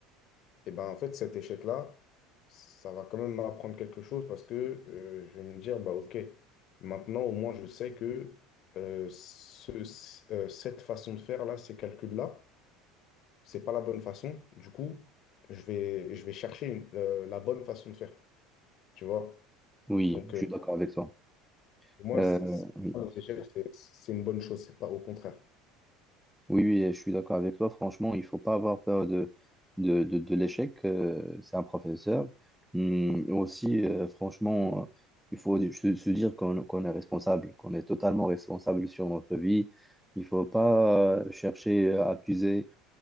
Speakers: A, on the left; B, in the centre.
A: Et ben en fait, cet échec-là, ça va quand même m'apprendre quelque chose parce que euh, je vais me dire, bah ok, maintenant au moins je sais que euh, ce- ce- euh, cette façon de faire là, ces calculs-là, c'est pas la bonne façon. Du coup, je vais, je vais chercher une- euh, la bonne façon de faire, tu vois.
B: Oui,
A: Donc
B: je
A: euh,
B: suis d'accord avec toi.
A: pour moi,
B: Euh,
A: c'est- c'est-
B: oui.
A: les échecs, c'est c'est une bonne chose, c'est pas au contraire.
B: Oui, oui, je suis d'accord avec toi. Franchement, il faut pas avoir peur de, de, de, de l'échec. euh, c'est un professeur. Hum, aussi, euh, franchement, euh, il faut se, se dire qu'on qu'on est responsable, qu'on est totalement responsable sur notre vie. Il faut pas euh, chercher à accuser